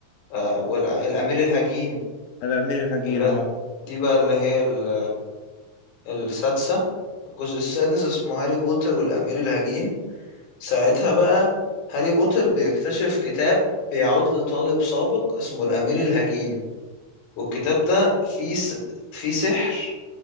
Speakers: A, on the left (about 65°); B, on the left (about 80°).
A: آه والأمير الهجين
B: الامير الحكيم
A: اللي
B: اه
A: دي بقى اللي هي ال- السادسة الجزء السادس اسمه هاري بوتر والأمير الهجين ساعتها بقى هاري بوتر بيكتشف كتاب بيعود لطالب سابق اسمه الأمير الهجين والكتاب ده فيه س... فيه سحر